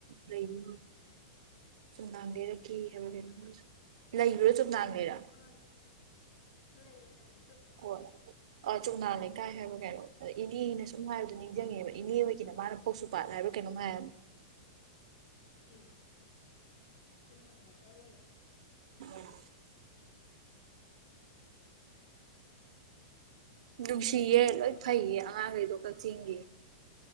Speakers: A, on the right (about 65°); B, on the left (about 55°).
A: ꯂꯩꯗꯦ꯫ ꯆꯨꯝꯅꯥꯡ ꯂꯩꯔꯛꯀꯦ ꯍꯥꯏꯕ ꯀꯩꯅꯣ ꯂꯩꯕ꯭ꯔꯥ ꯆꯨꯝꯅꯥꯡ ꯂꯩꯔꯥꯛ꯫
B: ꯑꯟ ꯂꯩꯌꯦ ꯂꯩꯌꯦ꯫
A: ꯍꯣꯏ ꯑ ꯆꯣꯡꯅꯥ ꯂꯩꯀꯥꯏ ꯍꯥꯏꯕ ꯀꯩꯅꯣ ꯑꯗ ꯏꯅꯦꯅ ꯁꯨꯝ ꯍꯥꯏꯕꯗꯣ ꯅꯤꯡꯁꯤꯡꯉꯦꯕ ꯏꯅꯦ ꯑꯣꯏꯒꯤꯅ ꯃꯥꯅ ꯀꯁꯨ ꯄꯥꯠ ꯍꯥꯏꯔꯣ ꯀꯩꯅꯣꯝ ꯍꯥꯏꯌꯦ꯫
B: ꯎꯝ ꯆꯨꯝꯅꯥꯡ ꯂꯩꯀꯥꯏ ꯂꯩꯌꯦ꯫
A: <inaudible> ꯅꯨꯡꯁꯤꯌꯦ ꯂꯣꯏ ꯐꯩꯌꯦ ꯑꯉꯥꯡꯈꯩꯗꯣ ꯀꯛꯆꯤꯡꯒꯤ꯫